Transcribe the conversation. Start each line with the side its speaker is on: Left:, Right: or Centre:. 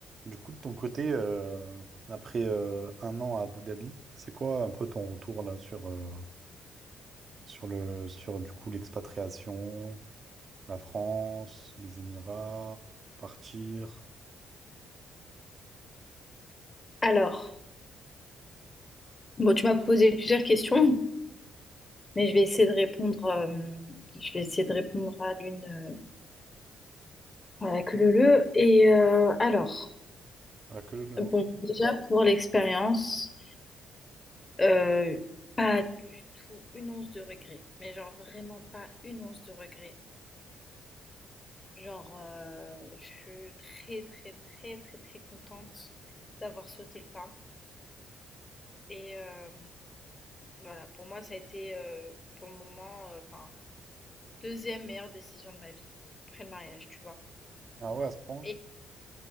Right: Du coup, de ton côté, euh, après euh, un an à Abu Dhabi, c'est quoi un peu ton retour là sur, euh, sur le sur du coup l'expatriation, la France, les Émirats, partir,
Left: Alors, bon, tu m'as posé plusieurs questions, mais je vais essayer de répondre, euh, je vais essayer de répondre à l'une, euh, à la queue leu leu. Et euh, alors,
Right: à la queue leu leu, hein.
Left: bon, déjà pour l'expérience, euh, pas du tout une once de regret, mais genre vraiment pas une once de regret. Genre, euh, je suis très très très très très contente d'avoir sauté le pas. Et euh, voilà, pour moi, ça a été euh, pour le moment, euh, enfin. deuxième meilleure décision de ma vie, après le mariage, tu vois.
Right: Ah ouais, à ce point?
Left: Et